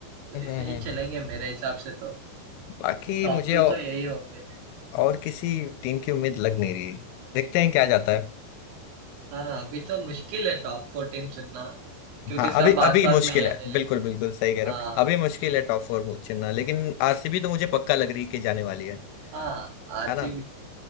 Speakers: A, on the right (about 70°); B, on the left (about 90°).
A: वैसे
B: हैं
A: ही
B: हैं।
A: चलेंगे मेरे हिसाब से तो
B: बाकी
A: टॉप
B: मुझे
A: टू
B: औ,
A: तो यही होंगे
B: और किसी टीम की उम्मीद लग नहीं रही देखते हैं क्या जाता है
A: हाँ अभी तो मुश्किल है टॉप फोर टीम चुनना क्योंकि
B: हाँ
A: सब
B: अभी
A: आसपास
B: अभी मुश्किल
A: में ही है
B: है
A: दिल्ली
B: बिल्कुल बिल्कुल सही कह रहे
A: हाँ
B: हो अभी मुश्किल है टॉप फोर चुनना लेकिन आरसीबी तो मुझे पक्का लग रही है कि जाने वाली है
A: हाँ आरसीबी
B: है ना